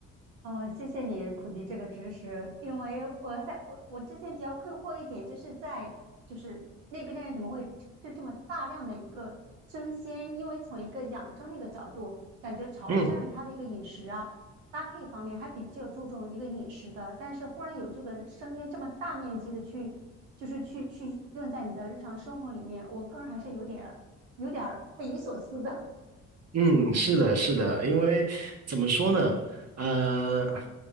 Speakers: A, on the right (about 85°); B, on the right (about 45°).
A: 哦，谢谢你普及这个知识，因为我在我我之前比较困惑一点，就是在就是那边的人怎么会吃这么大量的一个生鲜？因为从一个养生的一个角度，感觉潮汕它的一个饮食啊搭配方面还比较注重一个饮食的，
B: 嗯。
A: 但是忽然有这个生鲜这么大面积的去就是去去用在你的日常生活里面，我个人还是有点儿有点儿匪夷所思的。
B: 嗯，是的，是的，因为怎么说呢，呃，